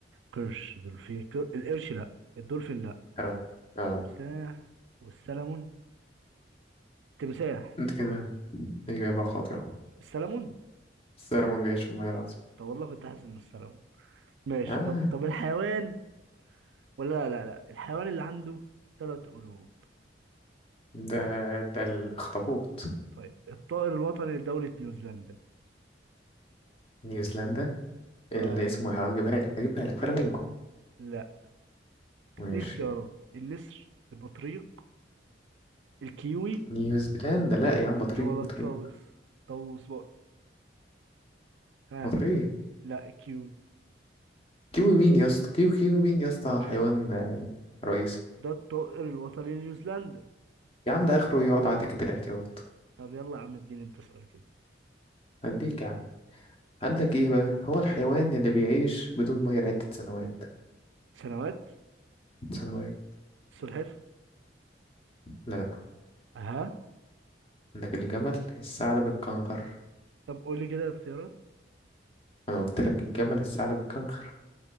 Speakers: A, on the right; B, on the left.
A: قرش دولفين كر... القرش لا الدولفين لا
B: آه. آه.
A: تمساح والسلمون تمساح
B: انت كده إجابة خاطئة
A: السلمون
B: السلمون بيعيش في المياه العذبة
A: طب والله كنت حاسس انه السلمون ماشي
B: آه
A: طب طب الحيوان ولا لا لا لا الحيوان اللي عنده ثلاث قلوب
B: ده ده الأخطبوط
A: طيب الطائر الوطني لدولة نيوزيلندا
B: نيوزيلندا اللي
A: اه
B: اسمه إيه؟ هجيبها لك هجيبها لك فلامينجو
A: لا
B: ماشي
A: دي اختيارات النسر البطريق الكيوي
B: نيوزيلندا لا يا عم بطريق
A: او ولا
B: بطريق
A: الطاووس طاووس بقى ها
B: بطريق
A: لا الكيوي
B: كيوي مين يا اسطى كيوي كيوي مين يا اسطى حيوان آه، رئيسي
A: ده الطائر الوطني لنيوزيلندا
B: يا عم ده آخره يقعد على دكة الاحتياط
A: طب يلا يا عم اديني انت سؤال كده
B: هديك يا عم عندك ايه بقى هو الحيوان اللي بيعيش بدون ميه لعدة سنوات
A: سنوات
B: سنوات
A: السلحفة
B: لا
A: اها
B: عندك الجمل الثعلب الكنغر
A: طب قول لي كده الاختيارات
B: انا قلت لك الجمل الثعلب الكنغر